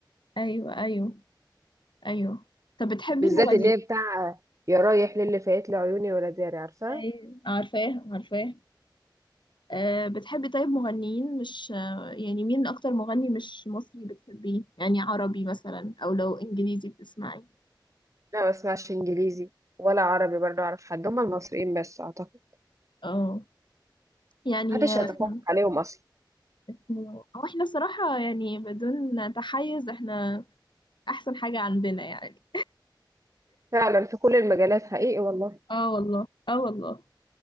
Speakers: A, on the left; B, on the right.
A: ايوه ايوه ايوه طب بتحبي
B: بالذات
A: مغنيين
B: اللي هي بتاع يا رايح للي فايت لي عيوني ولا داري عارفه
A: ايوه عارفاه عارفاه أه بتحبي طيب مغنيين مش آه، يعني مين اكتر مغني مش مصري بتحبيه يعني عربي مثلا او لو انجليزي بتسمعي
B: لا ما اسمعش انجليزي ولا عربي برضه اعرف حد هم المصريين بس اعتقد
A: اه يعني
B: محدش هيتفوق
A: اسمه
B: عليهم اصلا
A: اسمه هو احنا بصراحة يعني بدون تحيز احنا احسن حاجة عندنا يعني
B: فعلا في كل المجالات حقيقي والله
A: اه والله اه والله